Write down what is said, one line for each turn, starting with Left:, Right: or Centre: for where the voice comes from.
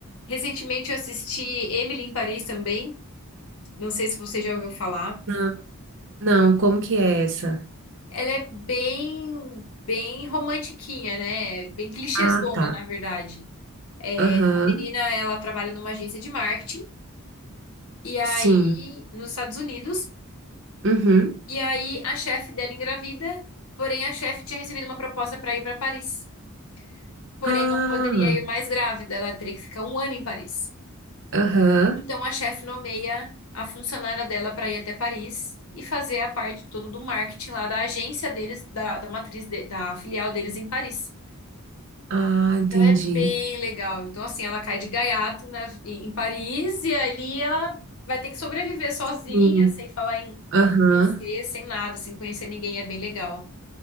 Left: Recentemente eu assisti Emily em Paris também. Não sei se você já ouviu falar.
Right: Não, não, como que é essa?
Left: Ela é bem, bem romantiquinha, né? Bem clichêzona,
Right: Ah, tá.
Left: na verdade.
Right: Aham,
Left: A menina, ela trabalha numa agência de marketing, e aí,
Right: sim.
Left: nos Estados Unidos,
Right: Uhum.
Left: e aí a chefe dela engravida, porém a chefe tinha recebido uma proposta para ir para Paris, porém
Right: Ah,
Left: não poderia ir mais grávida, ela teria que ficar um ano em Paris.
Right: aham.
Left: Então a chefe nomeia a funcionária dela para ir até Paris e fazer a parte toda do marketing lá da agência deles, da, da matriz, de- da filial deles em Paris.
Right: Ah,
Left: Então
Right: entendi.
Left: é bem legal. Então, assim, ela cai de gaiato na- em Paris e ali ela vai ter que sobreviver sozinha,
Right: Sim.
Left: sem falar em
Right: Aham.
Left: francês, sem nada, sem conhecer ninguém. É bem legal.